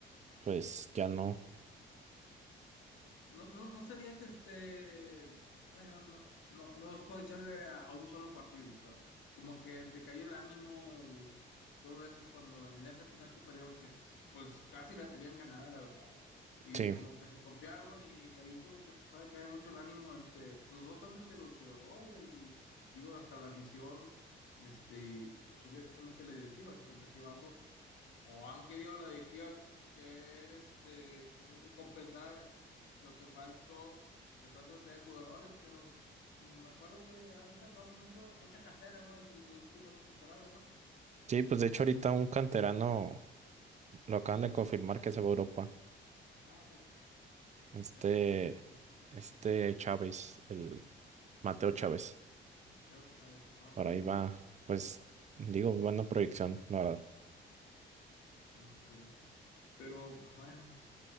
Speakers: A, on the right (about 35°); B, on the left (about 75°).
A: Pues ya no.
B: No, no, no sería que esté. Bueno, no, no, no os puedo echarle a, a un solo partido, o sea Como que decayó el ánimo, todo eso, cuando en esa final que perdieron, que es- pues casi la tenían ganada, la verdad. Y
A: Sí,
B: como que se confiaron y de ahí como que empezó a decaer mucho el ánimo entre, pues no solo entre los jugadores y digo hasta la afición, este, y posiblemente la directiva se contagió algo o han querido la directiva querer, este, como dice, compensar lo que faltó tratando de traer jugadores, pero mm, me acuerdo que han sacado mucho, mucha cantera, ¿no? Es- las últimas dos temporadas, ¿no?
A: sí, pues de hecho ahorita un canterano lo acaban de confirmar que se va a Europa.
B: Ah, fíjate,
A: Este,
B: es otro, fíjate,
A: este Chávez, el Mateo Chávez.
B: Mateo Chávez, ah,
A: Por
B: ok,
A: ahí va, pues, digo, buena proyección, la verdad.
B: ok, pero bueno.